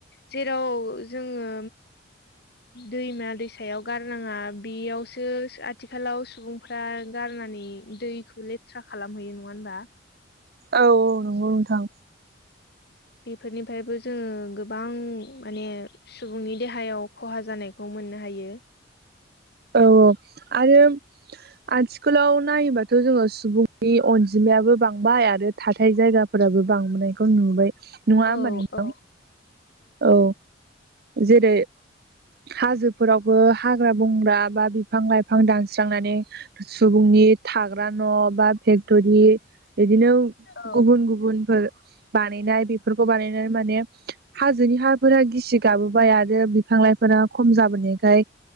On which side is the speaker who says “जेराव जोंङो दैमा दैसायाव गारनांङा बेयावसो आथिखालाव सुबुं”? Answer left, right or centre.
Left